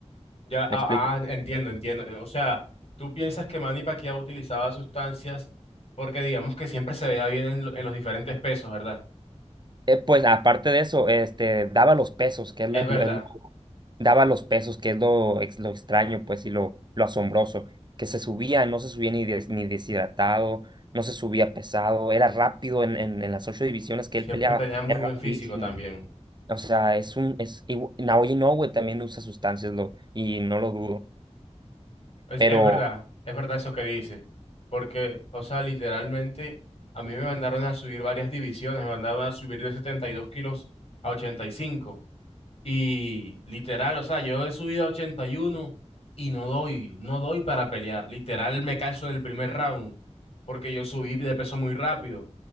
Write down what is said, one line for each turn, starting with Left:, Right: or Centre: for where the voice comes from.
Left: ya, ah,
Right: ¿Me explico?
Left: ah, entiendo, entiendo. Eh, O sea, ¿tú piensas que Manny Pacquiao utilizaba sustancias porque digamos que siempre se veía bien en, lo- en los diferentes pesos, ¿verdad?
Right: Eh, pues aparte de eso, este, daba los pesos, que es
Left: Es
Right: lo,
Left: verdad,
Right: lo- es lo daba los pesos, que es lo, ex- lo extraño, pues, y lo, lo asombroso, que se subía, no se subía ni, des- ni deshidratado, no se subía pesado, era rápido en, en, en las ocho divisiones que
Left: siempre
Right: él peleaba,
Left: tenía muy
Right: era
Left: buen
Right: rapidísimo.
Left: físico también.
Right: O sea, es un, es, igu- Naoya Inoue también usa sustancias, lo, y no lo dudo,
Left: Es,
Right: pero
Left: es verdad, es verdad eso que dice, porque, o sea, literalmente a mí me mandaron a subir varias divisiones, me mandaron a subir de 72 kilos a ochenta y cinco y literal, o sea, yo he subido a ochenta y uno y no doy, no doy para pelear, literal me canso en el primer round porque yo subí de peso muy rápido